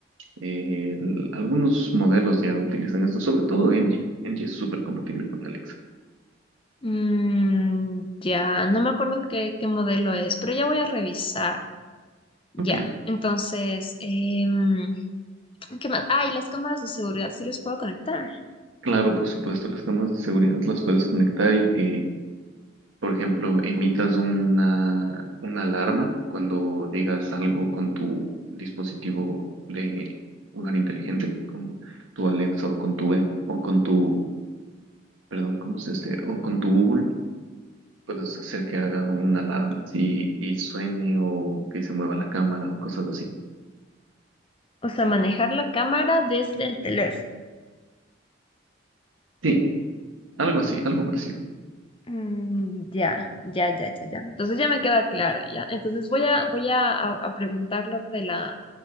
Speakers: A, on the right; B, on the left.
A: Eh, el- algunos modelos ya utilizan esto, sobre todo LG. LG es súper compatible con Alexa.
B: Mm, ya, no me acuerdo qué, qué modelo es, pero ya voy a revisar. Ya,
A: Ok,
B: entonces, em, ¿qué más? Ay, las cámaras de seguridad sí los puedo conectar.
A: Claro, por supuesto, las cámaras de seguridad las puedes conectar y que, por ejemplo, emitas una, una alarma cuando digas algo con tu dispositivo de hogar inteligente, con tu Alexa o con tu, E- o con tu, perdón, ¿cómo se dice? este? O con tu Google, puedes hacer que haga una alarma, sí, y suene o que se mueva la cámara o cosas así.
B: O sea, manejar la cámara desde el teléfono.
A: Sí, algo así, algo parecido. <laughs>
B: Mm, ya, ya, ya, ya, ya. Entonces ya me queda claro, ya. Entonces voy a, voy a, a- a preguntar lo de la,